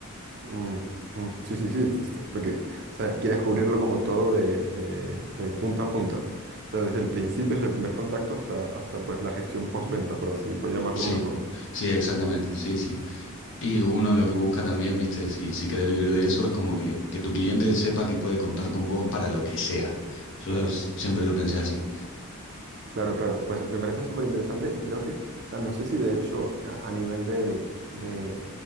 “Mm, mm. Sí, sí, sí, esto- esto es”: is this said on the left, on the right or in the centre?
Right